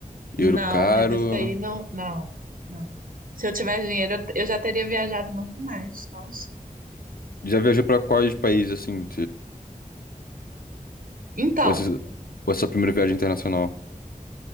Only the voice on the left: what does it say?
Euro caro.
Já viajou pra quais países, assim?
Ou esse- ou essa primeira viagem internacional?